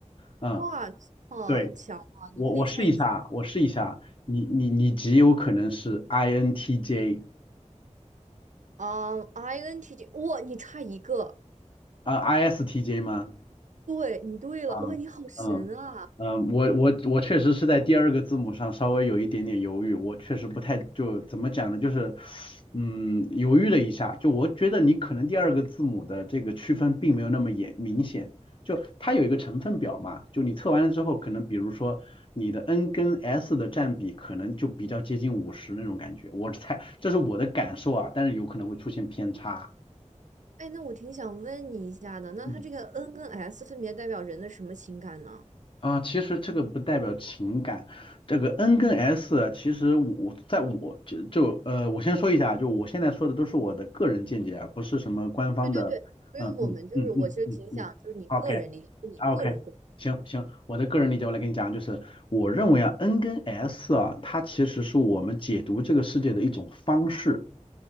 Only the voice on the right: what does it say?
哇，这么强啊！
你可以猜一下，
嗯，INTJ，哇，你差一个。
对，你对了，
哇，你好神啊！
哎，那我挺想问你一下的，那它这个
N 跟 S 分别代表人的什么情感呢？
对对对，所以我们就是，
我其实挺想，就是你个人理解，就你的个人观。